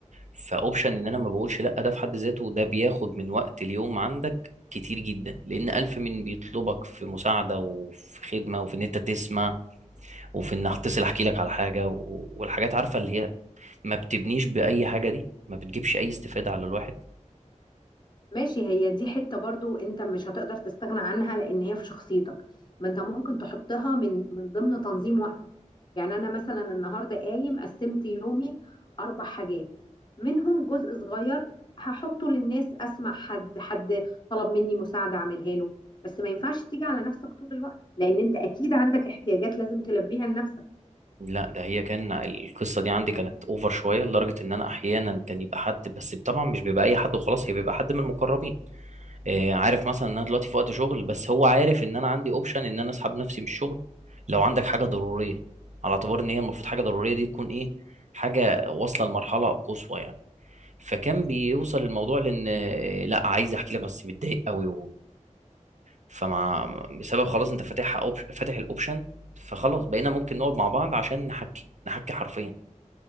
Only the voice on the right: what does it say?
فاوبشن ان انا ما بقولش لا ده في حد ذاته ده بياخد من وقت اليوم عندك كتير جدا لان الف من بيطلبك في مساعده وفي خدمه وفي ان انت تسمع وفي ان هتصل احكي لك على حاجه و- والحاجات عارفه اللي هي ما بتبنيش باي حاجه دي ما بتجيبش اي استفاده على الواحد
لا ده هي كان القصه دي عندي كانت اوفر شويه لدرجه ان انا احيانا كان يبقى حد بس طبعا مش بيبقى اي حد وخلاص هي بيبقى حد من المقربين آه، عارف مثلا ان انا دلوقتي في وقت شغل بس هو عارف ان انا عندي اوبشن ان انا اسحب نفسي من الشغل لو عندك حاجه ضروريه على اعتبار ان هي المفروض حاجه ضروريه دي تكون ايه حاجه واصله لمرحله قصوى يعني فكان بيوصل الموضوع لان آه، لا عايز احكي لك بس متضايق قوي فمع بسبب خلاص انت فاتحها أوبش... فاتح الاوبشن فخلاص بقينا ممكن نقعد مع بعض عشان نحكي نحكي حرفيا